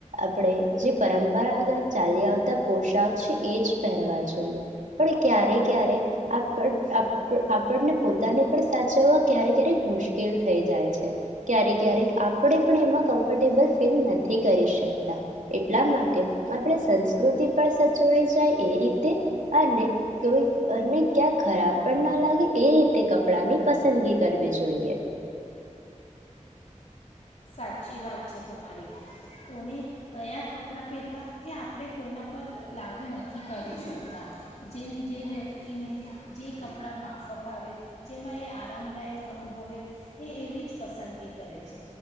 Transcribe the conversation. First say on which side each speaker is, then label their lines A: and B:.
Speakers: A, on the right (about 80°); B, on the left (about 65°).
A: આપણે જે પરંપરાગત ચાલી આવતા પોશાક છે એ જ પહેરવા જોઈએ. પણ ક્યારેક ક્યારેક આપ આપ આપણને પોતાને પણ સાચવવા ક્યારેક ક્યારેક મુશ્કેલ થઈ જાય છે. ક્યારેક ક્યારેક આપણે પણ એમાં કમ્ફર્ટેબલ ફીલ નથી કરી શકતા. તા એટલા માટે આપણે સંસ્કૃતિ પણ સચવાઈ જાય એ રીતે અને તોય અને ક્યાં ખરાબ પણ ના લાગે એ રીતે કપડા ની પસંદગી કરવી જોઈએ
B: સાચી વાત છે તમારી કોને કયા કપડાં પહેરવા એ આપણે કોઈના પર લાગુ નથી કરી શકતા જેમ જે વ્યક્તિને જે કપડાં માફક આવે જેમાં એ આરામદાયક અનુભવે એ એવી જ પસંદગી કરે છે